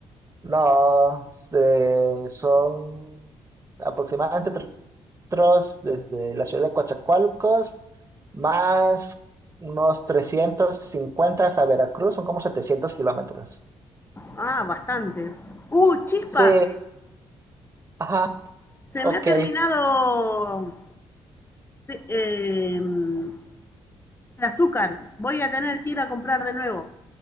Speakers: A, on the right; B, on the left.
A: los eh, son aproximadamente tres kilómetros desde la ciudad de Coatzacoalcos, más unos 350 hasta Veracruz, son como 700 kilómetros.
B: Ah, bastante. ¡Uh, chispas!
A: Sí, ajá,
B: Se
A: ok.
B: me ha terminado te- em, el azúcar. Voy a tener que ir a comprar de nuevo.